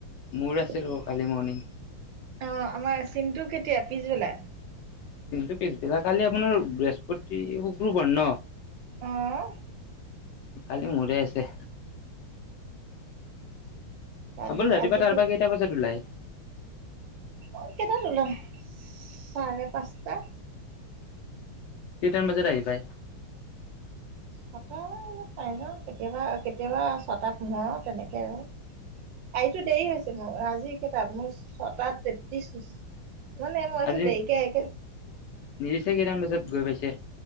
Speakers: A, on the left; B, on the right.
A: মোৰ আছে
B: অ'আমাৰ
A: ৰ'ব কালি মৰ্ণিং
B: চিনটো কেতিয়া, পিছবেলা?
A: কিন্তু পিছবিলাক কালি আপোনাৰ বৃহস্পতি শুক্ৰবাৰ ন
B: আহ
A: খালি মৰে আছে
B: কালি
A: আপাৰ ৰাতিপুৱা
B: আজিতো
A: তাৰ পৰা কেইটা বজাত ওলাই
B: অ কেইটাত ওলাম চাৰে পাঁচটা
A: কিইটামান বজাত আহি পায়?
B: ছটা পাই যাওঁ, কেতিয়াবা-কেতিয়াবা ছটাতো নও তেনেকে আৰু কালতো দেৰি হৈছে মোৰ আজি কেইটা মোৰ ছটা তেত্ৰিশ হৈছে মানে মই আছো
A: আজি
B: দেৰিকে একেল
A: নিৰিছে কেইটামান বজাত গৈ পাইছে